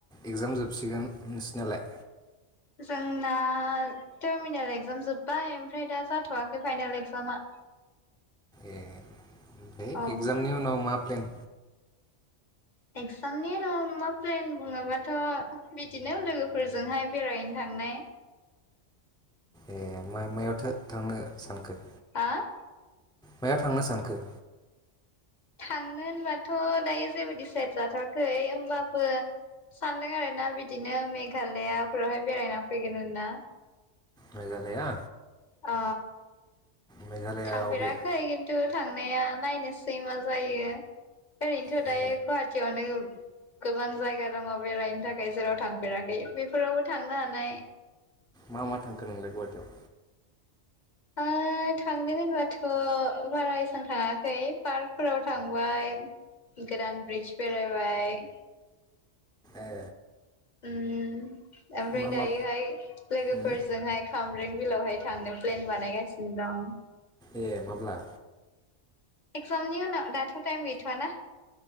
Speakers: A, in the centre; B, on the left.
A: एगजाम जोबसिगोन नोंसिनिआलाय?
B: जोंना टारमिनेल एक्जाम जोब्बाय ओमफ्राय दा जाथ'वाखै फाइनेल एगजामा
A: ए ओम
B: औ
A: एक्जामनि उनाव मा प्लेन
B: एक्जामनि उनाव मा प्लेन बुङोबाथ' बिदिनो लोगोफोरजोंहाय बेरायहैनो थांनाय
A: ए मा मायावथो थांनो सानखो?
B: हो?
A: मायाव थांनो सानखो?
B: थांनो होनबाथ' दायो जेबो डिसाइड जाथ'आखै होमबाबो सानदों आरोना बिदिनो मेघालयाफोरावहाय बेरायना फैगोन होना।
A: मेघालया
B: अ
A: मेघालया
B: थांफेराखै
A: अबेयाव?
B: खिन्थु थांनाया नायनोसै मा जायो ओरैनोथ'
A: ए
B: दायो गुवाहाटियावनो गोबां जायगा दङ बेरायनो थाखाय जेराव थांफेराखै बेफोरावबो थांनो हानाय।
A: मा मा थांखो नोंलाय गुवाहाटियाव?
B: ओ थांदों होनबाथ' बारा एसां थाङाखै पार्कफोराव थांबाय। गोदान ब्रिडज बेरायबाय
A: ए
B: उम ओमफ्राय
A: मा
B: दायोहाय
A: मा
B: लोगोफोरजोंहाय
A: उम
B: खामब्रें बिलावहाय थांनो प्लेन बानायगासिनो दं।
A: ए माब्ला?
B: एगजामनि उनाव दाथ' टाइम गैथ'आना।